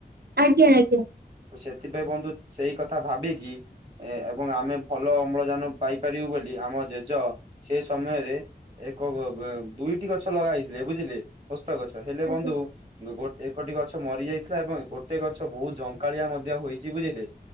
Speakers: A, on the right (about 65°); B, on the right (about 30°).
A: ଆଜ୍ଞା ଆଜ୍ଞା।
B: ସେଥିପାଇଁ ବନ୍ଧୁ, ସେଇ କଥା ଭାବିକି ଏ ଏବଂ ଆମେ ଭଲ ଅମ୍ଳଜାନ ପାଇପାରିବୁ ବୋଲି ଆମ ଜେଜ ସେ ସମୟରେ ଏକ ଦୁଇଟି ଗଛ ଲଗା ହେଇଥିଲେ, ବୁଝିଲେ? ଓସ୍ତ ଗଛ ହେଲେ
A: ଆଜ୍ଞା
B: ବନ୍ଧୁ, ଗୋଟ ଏକଟି ଗ ଗଛ ମରି ଯାଇଥିଲା ଏବଂ ଗୋଟେ ଗଛ ବହୁତ ଝଙ୍କାଳିଆ ମଧ୍ୟ ହେଇଛି, ବୁଝିଲେ